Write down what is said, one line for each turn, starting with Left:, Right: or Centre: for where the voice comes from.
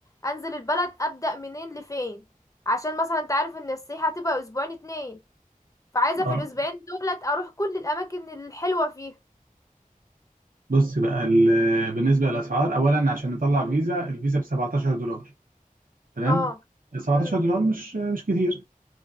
Left: انزل البلد ابدا منين لفين عشان مثلا انت عارف ان السياحه هتبقى اسبوعين اتنين فعايزه
Right: آه.
Left: في الاسبوعين دولت اروح كل الاماكن الحلوه فيها
Right: بص بقى ال- بالنسبه للاسعار اولا عشان نطلع فيزا الفيزا ب 17 دولار تمام
Left: اه
Right: 17
Left: امم
Right: دولار مش مش كتير